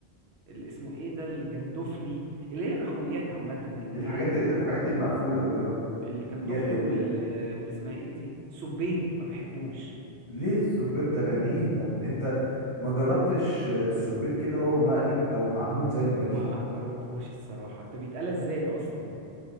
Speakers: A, on the right; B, on the left.
A: اللي اسمه ايه ده الجندفلي اللي هي الرخويات عامه اللي
B: الحاجات
A: هي ال-
B: الحاجات المقفوله دي اه
A: الجندفلي
B: جا- ال...
A: وال واللي اسمها ايه دي سبيط ما بحبوش
B: ليه السبيت ده جميل ده انت ما جربتش السبيت كده هو مقلي او معمول زي البانيه
A: ما جربتهوش الصراحه طب بيتقال ازاي ده اصلا